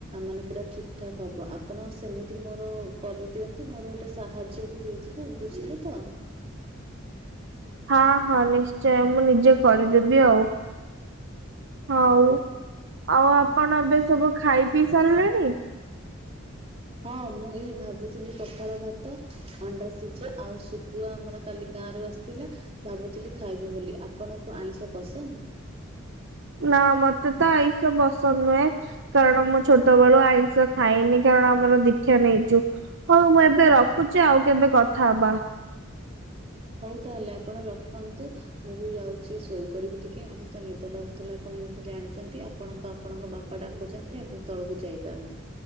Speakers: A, on the right; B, on the right.
A: ମାନେ ପୁରା ଠିକ ଠାକ ହବ ଆପଣ ସେମିତି ମୋର କରିଦିଅନ୍ତୁ ମୋର ଗୋଟେ ସାହାଯ୍ୟ ବି ହେଇଯିବ ହଁ ବୁଝିଲି ତ।
B: ହଁ ହଁ ନିଶ୍ଚୟ ମୁଁ ନିଜେ କରିଦେବି ଆଉ। ହଉ ଆଉ ଆପଣ ଏବେ ସବୁ ଖାଇ ପିଇ ସାରିଲେଣି?
A: ହଁ ମୁଁ ଏଇ ଭାବୁଥିଲି ପଖାଳ ଭାତ ଅଣ୍ଡା ସିଝା ଆଉ ଶୁଖୁଆ ଆମର କାଲି ଗାଁରୁ ଆସିଥିଲା। ଭାବୁଥିଲି ଖାଇବି ବୋଲି ଆପଣଙ୍କୁ ଆଇଁଷ ପସନ୍ଦ?
B: ନା ମତେ ତ ଏଇସବୁ ବସନ୍ଦ ନୁହେଁ। କାରଣ ମୁଁ ଛୋଟ ବେଳୁ ଆଇଷ ଖାଇନି କାରଣ ଆମର ଦୀକ୍ଷା ନେଇଛୁ। ହଁ ମୁଁ ଏବେ ରଖୁଚି ଆଉ କେବେ କଥା ହବା।
A: ହଉ ତାହେଲେ ଆପଣ ରଖନ୍ତୁ। ମୁଁ ବି ଯାଉଛି ଶୋଇପଡିବି ଟିକେ ମତେ ତ ନିଦ ଲାଗୁଥିଲା ଆପଣ ତ ଜାଣିଚନ୍ତି। ଆପଣଙ୍କ ଆପଣଙ୍କ ବାପା ଡାକୁଚନ୍ତି ଆପଣ ତଳକୁ ଯାଇପାରନ୍ତି।